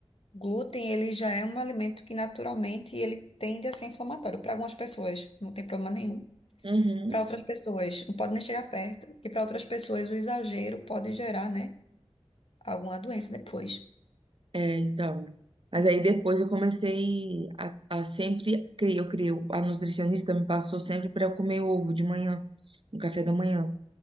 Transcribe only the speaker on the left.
Glúten, ele já é um alimento que naturalmente ele tende a ser inflamatório. Para algumas pessoas, não tem problema nenhum.
Para outras pessoas, não pode nem chegar perto. E para outras pessoas, o exagero pode gerar, né? Alguma doença depois.
Hum.